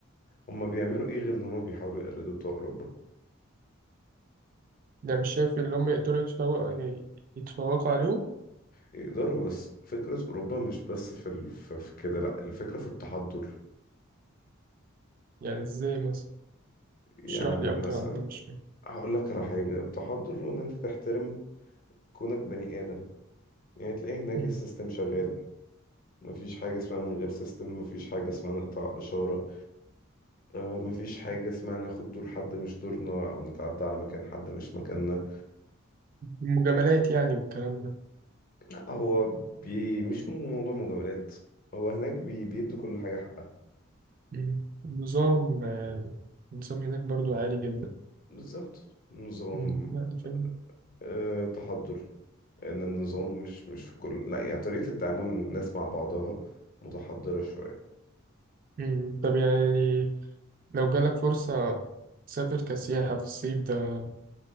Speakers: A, on the left; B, on the right.
A: هما بيعملوا إيه غير إن هما بيحاولوا يقلدوا بتوع أوروبا
B: ده مش شايف اللي هم يقدروا يتفوقوا يتفوقوا عليهم؟
A: يقدروا بس فكرة أوروبا مش بس في, ال... في في كده لأ الفكرة في التحضر
B: يعني ازاي مثلا؟
A: يعني
B: اشرح لي
A: مثلا
B: أكتر عن ده مش فاهم
A: هقول لك على حاجة التحضر هو إن أنت تحترم كونك بني آدم يعني تلاقيه هناك
B: مم.
A: السيستم شغال مفيش حاجة اسمها من غير سيستم مفيش حاجة اسمها نقطع إشارة آه، مفيش حاجة اسمها ناخد دور حد مش دورنا أو نتعدى على مكان حد مش مكاننا
B: المجاملات يعني والكلام ده
A: لا هو بي مش م- موضوع مجاملات هو هناك بي بيدوا كل حاجة حقها
B: مم. النظام آه، النظام هناك برضو عالي جدا
A: بالظبط نظام
B: مم. يعني فاهم
A: أه تحضر لأن النظام مش مش في كل لا يعني طريقة التعامل الناس مع بعضها متحضرة شوية
B: مم. طب يعني لو جالك فرصة تسافر كسياحة في الصيف ده